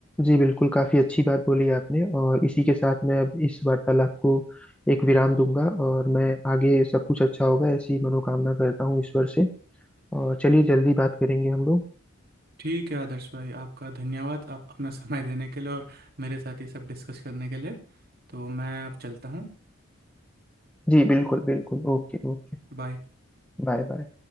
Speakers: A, in the centre; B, on the right (about 45°).
A: जी बिल्कुल काफी अच्छी बात बोली आपने और इसी के साथ मैं अब इस वार्तालाप को एक विराम दूंगा और मैं आगे सब कुछ अच्छा होगा ऐसी मनोकामना करता हूँ ईश्वर से और चलिए जल्दी बात करेंगे हम लोग
B: ठीक है आदर्श भाई आपका धन्यवाद आप अपना समय देने के लिए और मेरे साथ ये सब डिस्कस करने के लिए तो मैं अब चलता हूँ
A: जी बिल्कुल बिल्कुल ओके ओके
B: बाय
A: Bye bye